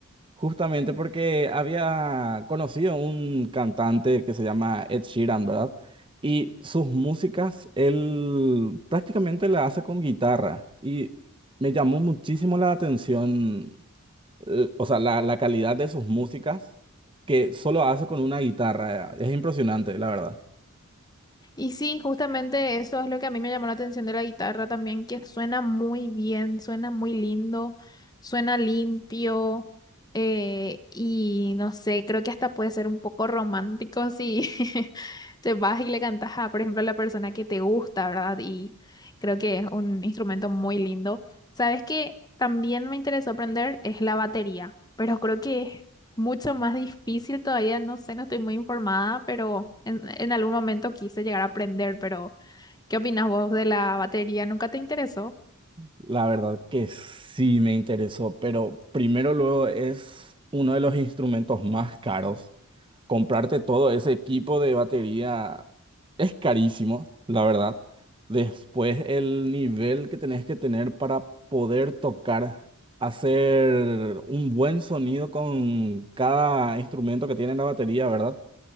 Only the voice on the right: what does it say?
justamente porque había conocido un cantante que se llama Ed Sheeran, ¿verdad? Y sus músicas él prácticamente la hace con guitarra y me llamó muchísimo la atención, eh, o sea, la, la calidad de sus músicas que solo hace con una guitarra. eh, Es impresionante, la verdad.
La verdad que sí me interesó, pero primero luego es uno de los instrumentos más caros. Comprarte todo ese equipo de batería es carísimo, la verdad. Después el nivel que tenés que tener para poder tocar, hacer un buen sonido con cada instrumento que tiene la batería, ¿verdad?